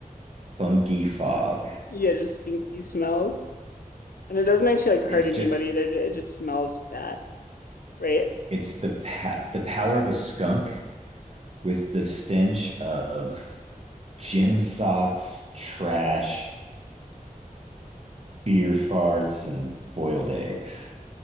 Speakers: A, on the right; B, on the left.
A: funky fog.
B: Yeah, just stinky smells. And it doesn't actually like hurt
A: It's
B: anybody.
A: just
B: they it just smells bad, right?
A: it's the pa- the power of a skunk with the stench of gym socks, trash, beer farts, and boiled eggs.